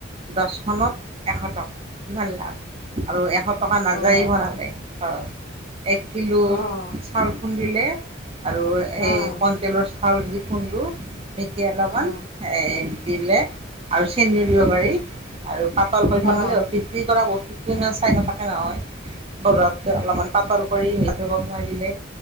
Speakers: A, on the right; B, on the left.
A: <unintelligible> এখনত এশ টকা কিমান লাভ আৰু এশ টকা
B: অঁ
A: নাযায়ে বনালে খৰচ এক কিলো
B: অঁ
A: চাউল খুন্দিলে আৰু সেই
B: অঁ
A: কণ তেলৰ চাউল দি খুন্দো মেটি অলপমান
B: অঁ
A: এই দিলে আৰু চেনিওদিব পাৰি আৰু পাতল কৰিবনালে
B: অ',
A: বিক্ৰী কৰা বস্তু চাই নাথাকে নহয় ঘৰত অলপমান পাতল কৰি মিলাটো বমোৱাই দিলে